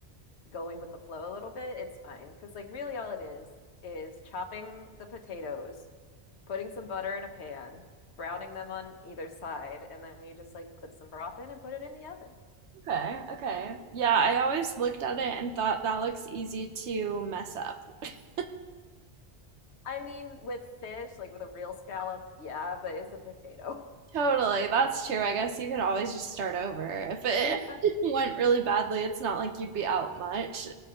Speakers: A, on the left; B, on the right.
A: going with the flow a little bit, it's fine. Because like really all it is is chopping the potatoes, putting some butter in a pan, browning them on either side, and then you just like put some broth in and put it in the oven.
B: Okay, okay. Yeah, I always looked at it and thought that looks easy to mess up. <laughs>
A: I mean, with fish, like with a real scallop, yeah, but it's a potato. <laughs>
B: Totally, that's true. I guess you could always just start over. If it
A: Yeah.
B: <laughs> went really badly, it's not like you'd be out much.